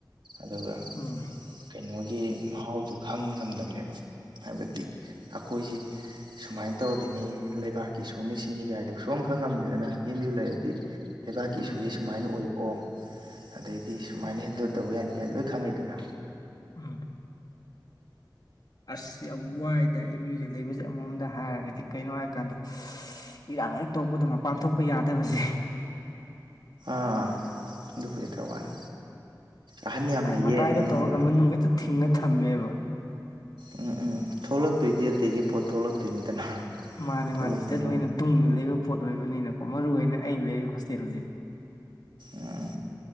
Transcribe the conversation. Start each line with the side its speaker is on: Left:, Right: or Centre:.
Right: ꯑꯗꯨꯒ
Left: ꯎꯝ
Right: ꯀꯩꯅꯣꯒꯤ ꯃꯍꯥꯎꯗꯨ ꯈꯪ ꯉꯝꯗꯝꯕꯅꯦꯕ ꯍꯥꯏꯕꯗꯤ ꯑꯩꯈꯣꯏꯁ ꯁꯨꯃꯥꯏꯅ ꯇꯧꯔꯤꯅꯤ ꯂꯩꯕꯥꯛꯀꯤ ꯏꯁꯨꯅ ꯁꯤꯅꯤ ꯀꯥꯏꯗꯣ ꯁꯨꯈꯪ ꯈꯪꯉꯝꯗꯦꯗꯅ ꯑꯦꯝ ꯌꯨ ꯂꯩꯔꯗꯤ ꯂꯩꯕꯥꯛꯀꯤ
Left: ꯎꯝ
Right: ꯏꯁꯨꯒꯤ ꯁꯨꯃꯥꯏꯅ ꯑꯣꯏ ꯑꯣ ꯑꯗꯩꯗꯤ ꯁꯨꯃꯥꯏꯅ ꯍꯦꯟꯗꯜ ꯇꯧꯕ ꯌꯥꯅꯤ ꯀꯥꯏꯅ ꯂꯣꯏ ꯈꯪꯉꯦꯗꯅ
Left: ꯎꯝ ꯑꯁ ꯌꯥꯝ ꯋꯥꯏꯗ ꯑꯦꯝ ꯌꯨꯗ ꯂꯩꯕꯁꯦ ꯑꯃꯃꯝꯗ ꯍꯥꯏꯔꯒꯗꯤ ꯀꯩꯅꯣ ꯍꯥꯏꯀꯥꯟꯗ ꯏꯔꯥꯡ ꯍꯦꯛ ꯊꯣꯛꯄꯗ ꯃꯄꯥꯟ ꯊꯣꯛꯄ ꯌꯥꯗꯕꯁꯦ
Right: ꯑꯥ ꯗꯨꯕꯨꯗꯤ ꯈꯔ ꯋꯥꯅꯤ ꯑꯍꯟ ꯌꯥꯝ
Left: ꯑꯩ
Right: ꯂꯩꯌꯦ
Left: ꯃꯇꯥꯏꯗ
Right: ꯃꯅꯨꯡꯗ
Left: ꯇꯧꯔꯒ ꯃꯅꯨꯡ ꯍꯦꯛꯇ ꯊꯤꯡꯅ ꯊꯝꯃꯦꯕ
Right: ꯎꯝ ꯎꯝ ꯊꯣꯛꯂꯛꯇꯣꯏꯗꯤ ꯑꯗꯨꯗꯒꯤ ꯄꯣꯠ ꯊꯣꯛꯂꯛꯇꯣꯏꯅꯤꯗꯅ
Left: ꯃꯥꯅꯦ
Right: ꯊꯣꯛꯂꯛꯇꯣꯏꯅꯦ
Left: ꯃꯥꯅꯦ ꯁꯤꯗ ꯂꯣꯏꯅ ꯇꯨꯡꯗꯨꯅ ꯂꯩꯕ ꯄꯣꯠ ꯑꯣꯏꯕꯅꯤꯅ ꯃꯔꯨ ꯑꯣꯏꯅ ꯑꯩ ꯂꯩ ꯍꯣꯁꯇꯦꯜꯖꯦ
Right: ꯎꯝ